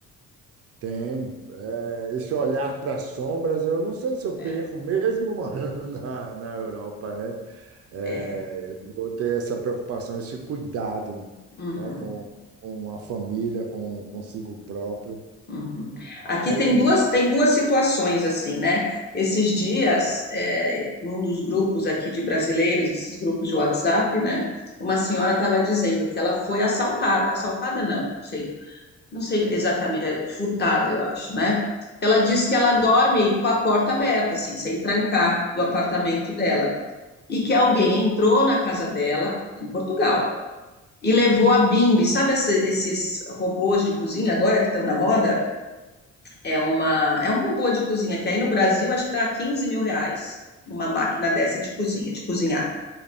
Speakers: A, on the right; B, on the left.
A: Tem. É, esse olhar para as sombras, eu não sei se eu
B: É.
A: perco, mesmo <laughs> morando na, na Europa, né? É,
B: é.
A: eu vou ter essa preocupação, esse cuidado,
B: Uhum,
A: né, com, com a família, com consigo próprio.
B: uhum.
A: Mas
B: Aqui tem duas, tem duas situações assim, né? Esses dias, é, um dos grupos aqui de brasileiros, esses grupos de WhatsApp, né? Uma senhora estava dizendo que ela foi assaltada, assaltada não, não sei, não sei exatamente, é furtada, eu acho, né? Ela diz que ela dorme com a porta aberta, assim, sem trancar do apartamento dela, e que alguém entrou na casa dela aqui em Portugal e levou a Bimbi. Sabe essa- esses robôs de cozinha agora que estão na moda? É uma, é um robô de cozinha que aí no Brasil acho que está a quinze mil reais uma máquina dessa de cozinha, de cozinhar.